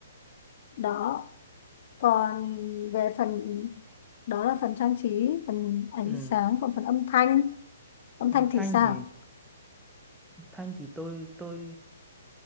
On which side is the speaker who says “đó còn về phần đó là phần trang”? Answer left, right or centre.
Left